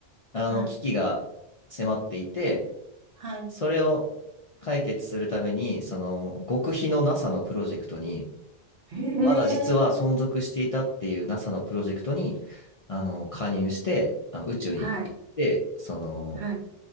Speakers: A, on the left; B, on the right.
A: あの、
B: はい、
A: 危機が迫っていて、
B: はい、
A: それを解決するために、その、極秘の NASA のプロジェクトに、
B: へえ、
A: まだ実は存続していたっていう NASA のプロジェクトに、あの、加入して、あの、宇宙に行って、
B: はい、
A: その、
B: はい。